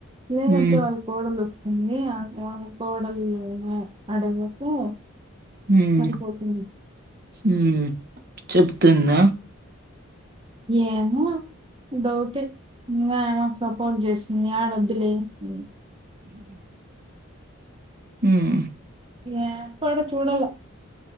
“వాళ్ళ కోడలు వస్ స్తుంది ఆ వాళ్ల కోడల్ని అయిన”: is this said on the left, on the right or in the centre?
Right